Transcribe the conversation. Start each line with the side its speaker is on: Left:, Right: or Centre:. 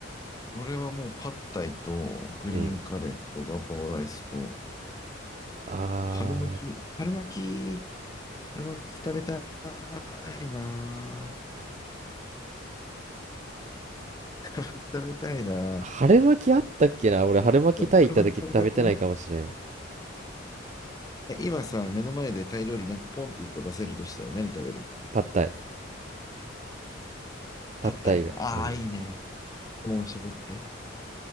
Left: 俺はもうパッタイとグリーンカレーとガパオライスと
Right: うん。あ
Left: 春巻き、春巻き、春巻き食べたいなぁ。食べたいなぁ。
Right: ー、春巻きあったっけな俺、春巻きタイ行った時食べてないかもしれん。
Left: 春巻き食べたくないえ今さ、目の前でタイ料理なんかポンって一個出せるとしたら何食べる
Right: パッタイ。
Left: パッタイか。
Right: パッタイ以外。
Left: ああ、
Right: うん。
Left: いいね。レモン絞って。